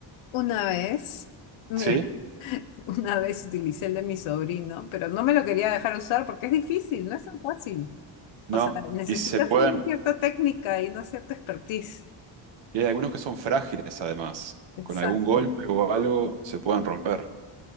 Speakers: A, on the left; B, on the right.
A: Una vez, mira,
B: Sí,
A: <laughs> una vez utilicé el de mi sobrino, pero no me lo quería dejar usar porque es difícil, no es tan fácil.
B: no.
A: O sea, necesitas
B: Y se pueden,
A: una cierta técnica y una cierta expertise.
B: y hay algunos que son frágiles además.
A: Exacto.
B: Con algún golpe o algo se pueden romper.